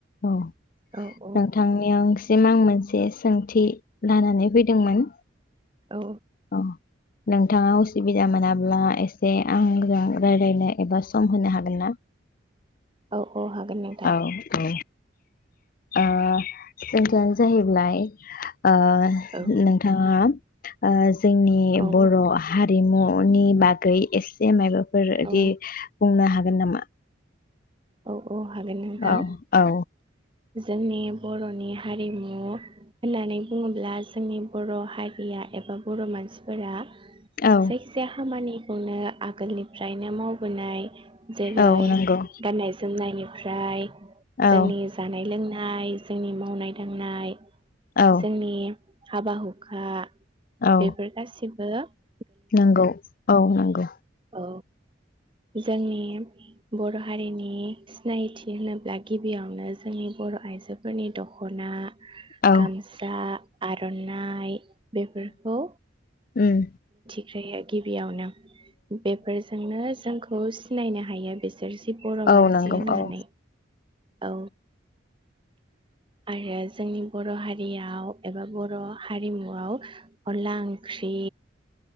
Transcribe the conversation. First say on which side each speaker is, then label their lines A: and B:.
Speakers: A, on the left; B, on the right.
A: अ
B: औ औ
A: नोंथांनियाव आं मोनसे सोंथि लानानै फैदोंमोन।
B: औ
A: औ नोंथाङा असुबिदा मोनाब्ला ए से आंजों रायज्लायनो एबा सम होनो हागोन ना?
B: औ औ हागोन नोंथां।
A: औ औ ओ सोंथियानो जाहैबाय ओ
B: औ
A: नोंथाङा ओ जोंनि
B: औ
A: बर हारिमु नि बा गै एसे माबा फोर बिदि
B: औ
A: बुंनो हागो नामा?
B: औ औ हागोन नोंथां
A: औ औ
B: जोंनि बरनि हारिमु होननानै बुनङोब्ला जोंनि बर हारिया एबा बर‌मानसिफोरा
A: औ
B: जायखिजाया खामानि बेखौनो आगोलनिफ्रायनो मावबोनाय, जेरै
A: औ नंगौ
B: गाननाय जोमनायनिफ्राय जोंनि
A: औ
B: जानाय-लोंनाय नाय जोंनि मावनाय-दांनाय
A: औ
B: जोंनि हाबा-हुखा
A: औ
B: बेफोर गासैबो गासैबो।
A: नंगौ औ नंगौ।
B: औ जोंनि बर' हा हारिनि सिनायथि होनोब्ला गिबियावनो जोंनि बर' आइजोफोरनि दख'ना
A: औ
B: गामसा, आरनानाय, बेफोरखौ
A: ओम।
B: <inaudible> गिबिआनो। बेफोरजोंनो जोंखौ सिनायनो हायो बिसोर जि बर' मानसि
A: औ नंगौ
B: होननानै
A: औ
B: औ। आरो जोंनि बर' हारियाव एबा बर' हारिमुआव अनला ओंख्रि,